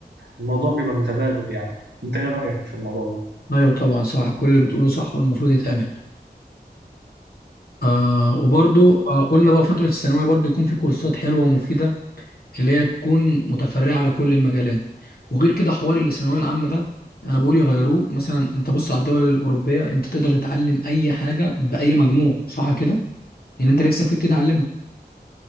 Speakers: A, on the right; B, on the left.
A: فالموضوع بيبقى متبادل يعني انت ايه رأيك في الموضوع ده؟
B: أيوه طبعا صح كل اللي بتقوله صح والمفروض يتعمل آه وبرضو آه قلنا بقى فترة الثانوية برضو يكون في كورسات حلوة ومفيدة اللي هي تكون متفرعة على كل المجالات وغير كده حوار الثانوية العامة ده أنا بقول يغيروه مثلا أنت بص على الدول الأوروبية أنت تقدر تتعلم أي حاجة بأي مجموع صح كده؟ اللي أنت نفسك فيه بتتعلمه